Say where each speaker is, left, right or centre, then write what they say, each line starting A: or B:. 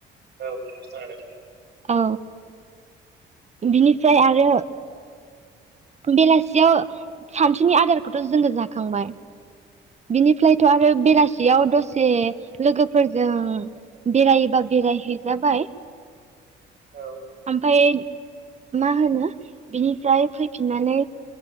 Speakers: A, on the right; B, on the right.
A: औ खोनादों।
B: औ बिनिफ्राय आरो बेलासियाव सानसुनि आदारखौथ' जोङो जाखांबाय बिनिफ्रायथ' आरो बेलासियाव दसे लोगोफोरजों बेरायोबा बेरायहैजाबाय।
A: औ
B: ओमफाय मा होनो बिनिफ्राय फैफिननानै